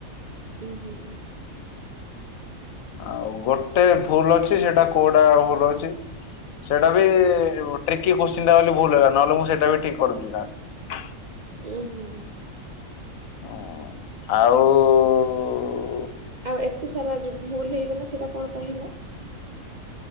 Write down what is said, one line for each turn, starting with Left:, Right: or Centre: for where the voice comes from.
Right: ଉମ୍ଁ ହୁଁ ହୁଁ <unintelligible>
Left: ଆଉ ଗୋଟେ ଭୁଲ ଅଛି <unintelligible> ସେଟା କୋଉଟା ଭୁଲ ଅଛି ସେଟା ବି ଟିକେ ଟ୍ରିକୀ କୋଶ୍ଚିନ ଟା ବୋଲି ଭୁଲ ହେଲା ନହେଲେ ମୁଁ ସେଟା ବି ଠିକ୍ କରି ଦେଇଥାନ୍ତି
Right: ଉୁଁ ହୁଁ ହୁଁ <unintelligible>
Left: ହଁ ଆଉ <unintelligible>
Right: ଆଉ ଏତେ ସାରା ଯୋଉ ଭୁଲ ହେଇଗଲା ସେଇଟା କଣ ପାଇଁ ହେଲା <unintelligible>